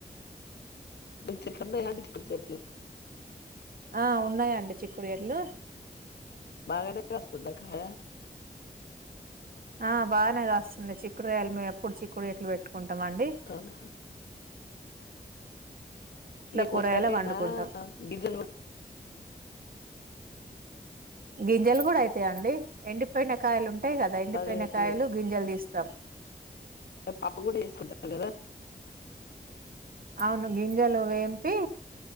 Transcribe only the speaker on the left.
మీకు చెట్లున్నాయండి చిక్కుడుచెట్లు
బగానే కాస్తుంద కాయ
అవునా?
కుట్టకనా
గింజలు
అదే
అదే.
పప్పు కూడా వే సుకుంటారు కదా